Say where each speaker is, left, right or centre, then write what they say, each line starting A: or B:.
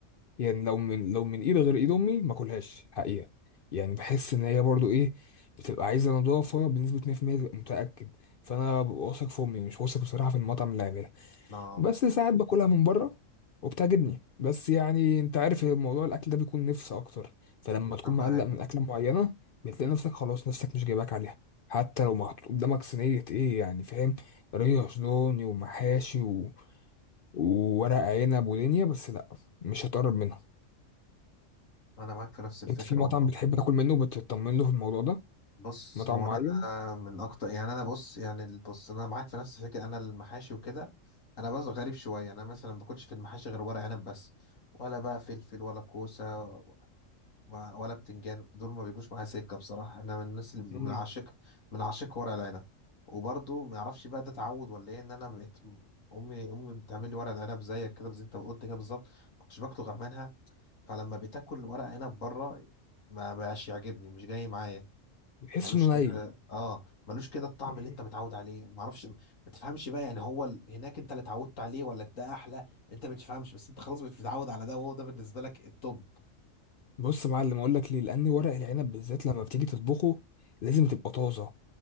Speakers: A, on the left; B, on the left.
A: يعني لو من لو من ايد غير ايد امي ما اكلهاش حقيقه يعني بحس ان هي برضو ايه بتبقى عايزه نضافه بنسبه 100% تبقى متاكد فانا ببقى واثق في امي مش واثق بصراحه في المطعم اللي عاملها
B: آه
A: بس ساعات باكلها من بره وبتعجبني بس يعني انت عارف الموضوع الاكل ده بيكون نفس اكتر فلما
B: أنا
A: تكون
B: معاك
A: مقلق من اكله معينه بتلاقي نفسك خلاص نفسك مش جايباك عليها حتى لو محطوط قدامك صينيه ايه يعني فاهم ريش دوني ومحاشي و... وورق عنب ودنيا بس لا مش هتقرب منها
B: أنا معاك في نفس الفكرة
A: انت في مطعم
B: والله
A: بتحب تاكل منه بتطمن له في الموضوع ده
B: بص
A: مطعم
B: هو انا
A: معين
B: من اكتر يعني انا بص يعني ال- بص انا معاك في نفس الفكره انا المحاشي وكده انا بس غريب شويه انا مثلا ما باكلش في المحاشي غير ورق عنب بس ولا بقى فلفل ولا كوسه و- ولا بتنجان دول ما بيجوش معايا سكه بصراحه انا من الناس اللي
A: مم.
B: من عاشق من عاشق ورق العنب وبرضه ما اعرفش بقى ده تعود ولا ايه ان انا بقيت امي امي بتعمل لي ورق العنب زيك كده زي انت ما قلت كده بالظبط كنتش باكله غير منها فلما بتاكل ورق عنب بره ما بقاش يعجبني مش جاي معايا
A: بتحس
B: ملوش
A: انه ني
B: كده اه ملوش كده الطعم
A: مم.
B: اللي انت متعود عليه ما اعرفش ما تفهمش بقى يعني هو ال... هناك انت اللي اتعودت عليه ولا ده احلى انت ما تفهمش بس انت خلاص مش متعود على ده وهو ده بالنسبه لك التوب
A: بص يا معلم اقول لك ليه لان ورق العنب بالذات لما بتيجي تطبخه لازم تبقى طازه